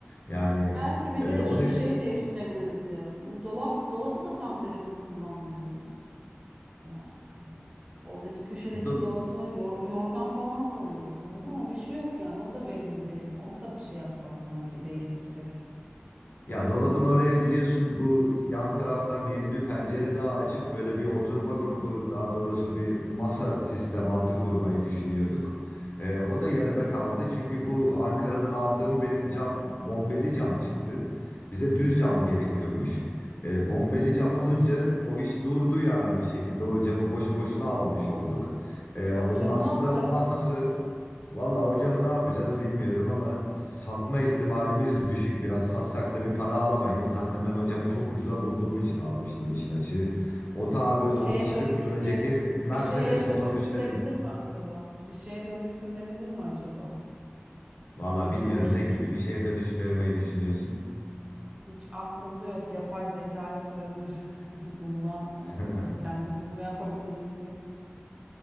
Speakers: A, on the left (about 55°); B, on the right (about 25°).
A: Yani
B: Belki bir
A: e,
B: de
A: onu
B: şu şeyi değiştirebiliriz ya. Bu dolap dolabı da tam verimli kullanmıyoruz. Yani Oradaki köşedeki
A: do-
B: dolaba yor- yorgan falan koyuyoruz sanırım ama bir şey yok yani. O da verimli değil. Onu da bir şey yapsak sanki değiştirsek.
A: Ya dolabın oraya biliyorsun bu yan taraftan yeni bir pencere daha açıp böyle bir oturma grubu daha doğrusu bir masa sistematı kurmayı düşünüyorduk. Ee, o da yarıda kaldı çünkü bu Ankara'dan aldığım benim cam bombeli cam çıktı. Bize düz cam gerekiyormuş. Ee, bombeli cam olunca o iş durdu yani bir şekilde o camı boşu boşuna almış olduk. Ee,
B: O
A: onun
B: camı
A: aslında
B: ne yapacağız?
A: masası Vallahi hocamı ne yapacağız bilmiyorum ama satma ihtimalimiz düşük biraz. Satsak da bir para alamayız. Zaten ben hocamı çok ucuza bulduğum için almıştım işin açığı. O ta
B: Bir
A: böyle
B: şeye
A: 30-40
B: dönüştüre
A: yıl önceki Mercedes
B: bir şeye
A: otobüslerin.
B: dönüştürülebilir mi acaba? Bir şeye dönüştürülebilir mi acaba?
A: Vallahi
B: Bir
A: bilmiyorum
B: proje
A: ne gibi
B: gibi.
A: bir şeye dönüş vermeyi düşünüyorsun.
B: Hiç aklımda yok. Yapay zekaya sorabiliriz. <laughs> Bundan e,
A: <laughs>
B: kendimiz ne yapabiliriz diye.